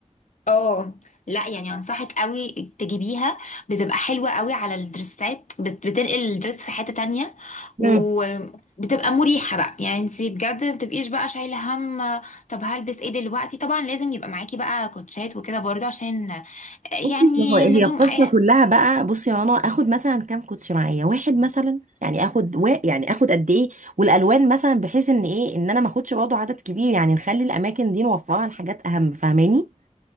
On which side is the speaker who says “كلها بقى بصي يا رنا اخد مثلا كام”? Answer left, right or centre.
Right